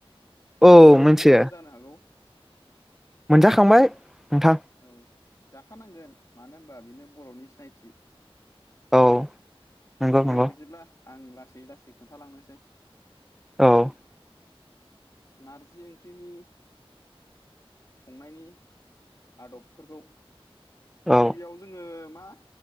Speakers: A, in the centre; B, on the left.
A: औ
B: आरो जाखायोबो
A: मिथियो
B: जानो हागौ
A: मोनजाखांबाय नोंथां
B: औ जाखानांगोन मानो होन बा बिनो बर'नि सिनायथि
A: औ नंगौ
B: दे
A: नंगौ
B: बिदिब्ला आं ला लासै लासै खोन्थालांनोसै।
A: औ
B: नारजि ओंख्रिनि संनायनि आदबफोरखौ
A: औ
B: गिबियाव जोङो मा